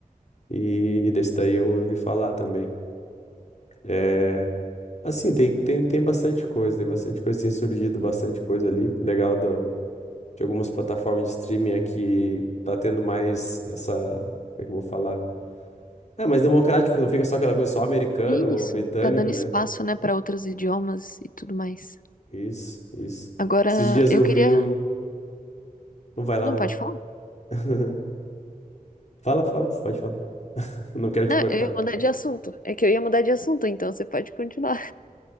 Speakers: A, on the left; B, on the left.
A: e, e desse daí eu ouvi falar também. É, assim, tem, tem, tem bastante coisa, tem bastante coisa, tem surgido bastante coisa ali. Legal do, de algumas plataformas de streaming aqui, tá tendo mais essa, como é que eu vou falar? é mais democrático, não fica só aquela coisa só americano
B: E
A: ou
B: isso,
A: britânico,
B: tá dando
A: né?
B: espaço, né, para outros idiomas e tudo mais.
A: Isso, isso.
B: Agora,
A: Esses dias
B: eu
A: eu
B: queria.
A: vi o. Não vai lá,
B: Não,
A: vai
B: pode
A: lá.
B: falar?
A: <laughs> Fala, fala, pode falar. <laughs> Não quero te
B: Não,
A: cortar.
B: eu ia mudar de assunto. É que eu ia mudar de assunto, então você pode continuar.